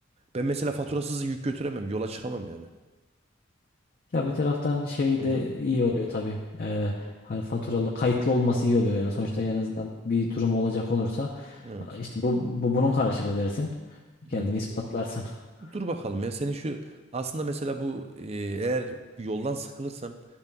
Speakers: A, on the right (about 30°); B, on the left (about 45°).
A: Ben mesela faturasız yük götüremem yola çıkamam yani.
B: Ya bir taraftan şey
A: Hı
B: de
A: hı,
B: iyi oluyor tabii. Ee, hani faturalı kayıtlı olması iyi oluyor yani. Sonuçta
A: hı hı.
B: en azından bir durum olacak olursa
A: Evet.
B: işte bu, bu bunun karşılığı dersin. Kendini
A: Evet.
B: ispatlarsın. <laughs>
A: Dur bakalım ya senin şu aslında mesela bu e, eğer yoldan sıkılırsam